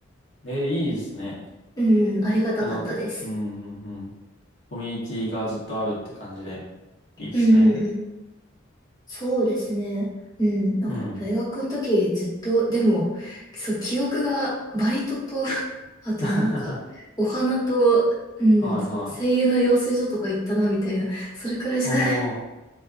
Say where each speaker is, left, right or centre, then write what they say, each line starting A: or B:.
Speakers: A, on the left; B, on the left.
A: い。ええ、いいですね。
B: うん、ありがたかったです。
A: あの、うんうんうん。コミュニティがずっとあるって感じで、いいですね。
B: うん、うんうん。そうですね。うん、なんか大学の時ずっと、
A: うん。
B: でも、そう、記憶がバイトと、<laughs> あとなんか、
A: <laughs> は
B: お花と、うん、
A: いはい。
B: その声優の養成所とか行ったな、みたいな、それくらいしかない。
A: おー、